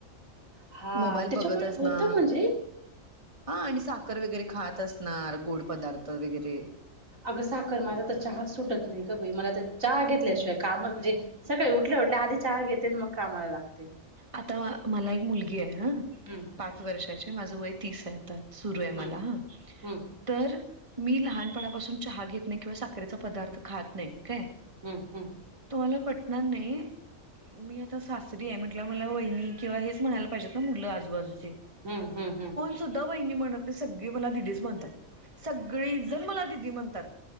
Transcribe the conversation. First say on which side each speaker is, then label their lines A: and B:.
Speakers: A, on the right (about 70°); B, on the right (about 25°).
A: हा
B: मोबाईल
A: त्याच्यामुळे
B: बघतस
A: होतं
B: ना.
A: म्हणजे
B: हा आणि साखर वगैरे खात असणार गोड पदार्थ वगैरे
A: अगं साखर माझा तर चहा सुटत नाही का ग बाई मला तर चहा घेतल्याशिवाय काम म्हणजे सकाळी उठल्या उठल्या आधी चहा घेते मग कामाला लागते
B: आता मला एक मुलगी आहे हा
A: हम्म
B: पाच वर्षाचे माझं वय तीस आहे सुरू आहे
A: हम्म
B: मला हा
A: हम्म
B: तर मी लहानपणापासून चहा घेत नाही किंवा साखरेचा पदार्थ खात नाही काय
A: हम्म हम्म.
B: तुम्हाला पटणार नाही मी आता सासरी आहे म्हण मला वहिनी किंवा हे म्हणायला पाहिजेत ना मुल आजूबाजूची
A: हम्म हम्म हम्म हम्म
B: सुधा वहिनी म्हणतं सगळे मला दिदीच म्हणतात सगळे जण मला दीदी म्हणतात